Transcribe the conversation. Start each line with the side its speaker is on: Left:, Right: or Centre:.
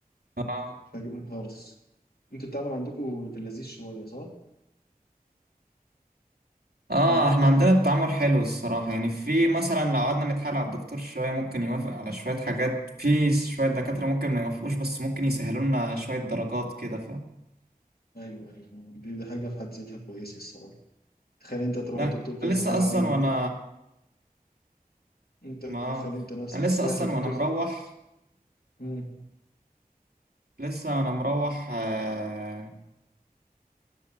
Right: آه
Left: مش عاجبني خالص انتوا التعامل عندكم في اللذيذ شوية صح؟
Right: آه،
Left: يعني اللي انا
Right: إحنا عندنا التعامل حلو الصراحة يعني في مثلا لو قعدنا نتحايل على الدكتور شوية ممكن يوافق على شوية حاجات في شوية دكاترة ممكن ما يوافقوش بس ممكن يسهلوا لنا شوية درجات كده
Left: ايوه ايوه دي, دي حاجه في حد ذاتها كويسه الصراحه تخيل انت تروح
Right: ده
Left: للدكتور كده
Right: أنا لسه
Left: تحايل
Right: اصلا
Left: عليه
Right: وانا
Left: دي انت
Right: ما
Left: تخيل انت نفسك
Right: انا لسه
Left: رايح
Right: اصلا
Left: للدكتور
Right: وانا مروح
Left: امم
Right: لسه وانا مروح آه...